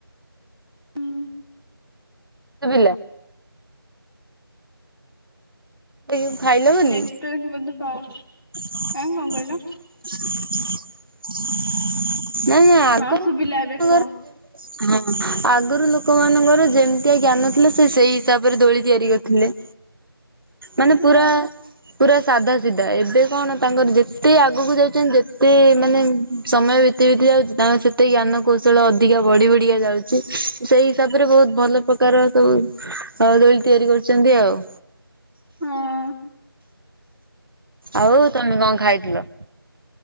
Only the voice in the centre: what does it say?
ହୁଁ।
ନେଟୱାର୍କ ବୋଧେ ପାଉନି
ଆଁ କଣ କହିଲ
ହଁ ଶୁଭିଲା
ଏବେ କୁହ
ହଁ
ହଁ।